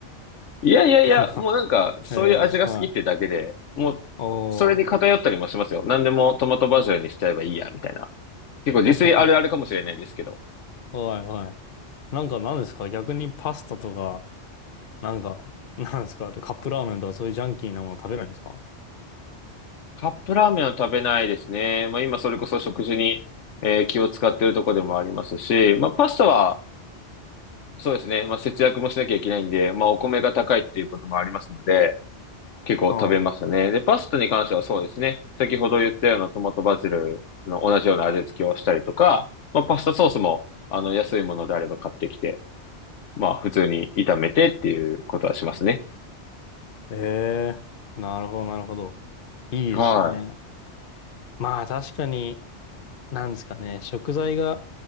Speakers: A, on the left (about 90°); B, on the left (about 50°).
A: いやいやいや、
B: なんか
A: もうなんか、そういう味が好きってだけで、
B: ええ、はい。
A: もう、
B: おー。
A: それに偏ったりもしますよ。何でもトマトバジルにしちゃえばいいや、みたいな。結構自炊あるあるかもしれないですけど。
B: <laughs> はいはい。なんか何ですか逆にパスタとか、なんか、<laughs> なんですかカップラーメンとかそういうジャンキーなもの食べないんですか
A: カップラーメンは食べないですね。まあ今それこそ食事に、えー気を使ってるとこでもありますし、まあパスタは、そうですね。まあ節約もしなきゃいけないんで、まあお米が高いっていうこともありますので、結構食べますね。
B: は
A: で、パスタに関してはそうですね。先ほど言ったようなトマトバジルの同じような味付けをしたりとか、まあ、パスタソースも、あの、安いものであれば買ってきて、まあ、普通に炒めてっていうことはしますね。
B: い。ええー、なるほどなるほど。いいですね。
A: は
B: まあ確かに、なんですかね、食材が